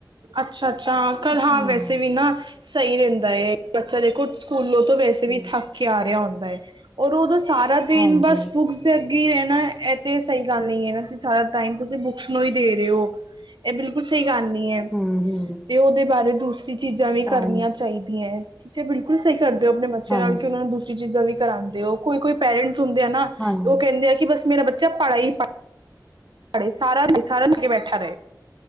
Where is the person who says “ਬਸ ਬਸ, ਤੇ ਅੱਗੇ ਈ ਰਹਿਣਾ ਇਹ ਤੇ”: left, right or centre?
Right